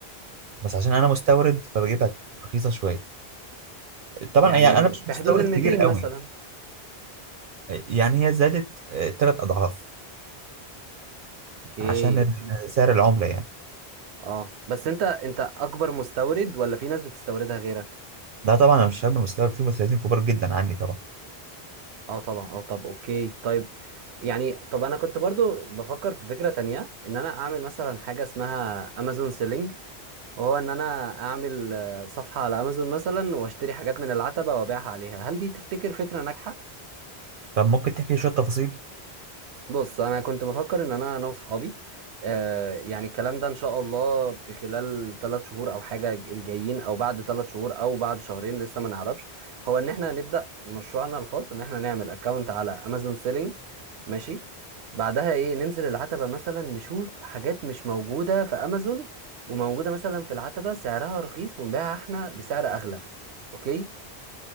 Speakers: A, on the right; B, on the right.
A: بس عشان أنا مستورد فبجيبها رخيصة شوية طبعا
B: يعني
A: يعني أنا مش
B: في
A: مستورد
B: حدود ال
A: كبير
B: 200
A: قوي
B: مثلا
A: يعني هي زادت ثلاث أضعاف
B: اوكي
A: عشان ال- سعر العملة يعني
B: اه بس انت انت اكبر مستورد ولا في ناس بتستوردها غيرك
A: ده طبعا أنا مش هكبر مستورد في مستوردين كبار جدا عني طبعا
B: اه طبعا اه طب اوكي طيب يعني طب انا كنت برضو بفكر في فكرة تانية ان انا اعمل مثلا حاجة اسمها امازون سيلينج وهو ان انا اعمل آه، صفحة على امازون مثلا واشتري حاجات من العتبة وابيعها عليها هل دي تفتكر فكرة ناجحة
A: طب ممكن تحكي شوية تفاصيل
B: بص انا كنت بفكر ان انا انا واصحابي آه يعني الكلام ده ان شاء الله في خلال ثلاث شهور او حاجه الجايين او بعد ثلاث شهور او بعد شهرين لسه ما نعرفش هو ان احنا هنبدا مشروعنا الخاص ان احنا نعمل اكونت على امازون سيلينج ماشي بعدها ايه ننزل العتبه مثلا نشوف حاجات مش موجوده في امازون وموجوده مثلا في العتبه سعرها رخيص ونبيعها احنا بسعر اغلى اوكي